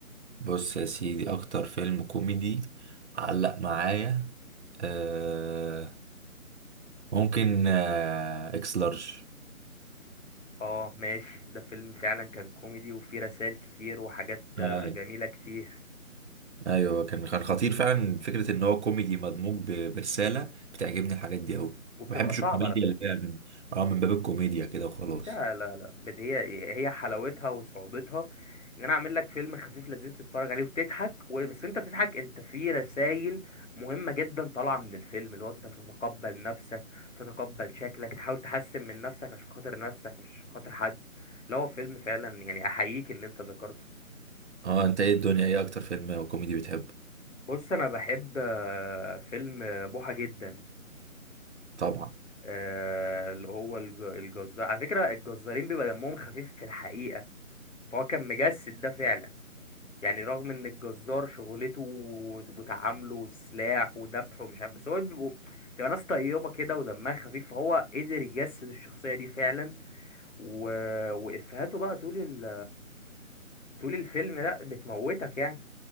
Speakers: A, on the right; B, on the left.
A: بص يا سيدي اكتر فيلم كوميدي علق معايا آه ممكن آه اكس لارج
B: اه ماشي ده فيلم فعلا كان كوميدي وفيه رسائل كتير وحاجات آه،
A: آه
B: جميلة كتير
A: ايوه كان كان خطير فعلا فكره ان هو كوميدي مدموج ب- برساله بتعجبني الحاجات دي قوي
B: وبتبقى
A: ما بحبش
B: صعبة
A: الكوميديا
B: على فكرة
A: اللي هي من اه من باب الكوميديا كده وخلاص
B: لا لا لا بد- هي هي حلاوتها وصعوبتها ان انا اعمل لك فيلم خفيف لذيذ تتفرج عليه وتضحك و- بس انت بتضحك انت في رسائل مهمة جدا طالعة من الفيلم اللي هو انت تتقبل نفسك تتقبل شكلك تحاول تحسن من نفسك عشان خاطر نفسك مش عشان خاطر حد لا هو فيلم فعلا يعني احييك ان انت ذكرته
A: اه انت ايه الدنيا ايه اكتر فيلم كوميدي بتحبه
B: بص انا بحب آه، فيلم آه، بوحة جدا
A: طبعا
B: آه، اللي هو الج- الجزار على فكرة الجزارين بيبقى دمهم خفيف في الحقيقة فهو كان مجسد ده فعلا يعني رغم ان الجزار شغلته وت- وتعامله والسلاح وذبحه ومش عارف بس هو بيبقوا بتبقى ناس طيبة كده ودمها خفيف فهو قدر يجسد الشخصية دي فعلا و... وإفهاته بقى طول ال... طول الفيلم لا بتموتك يعني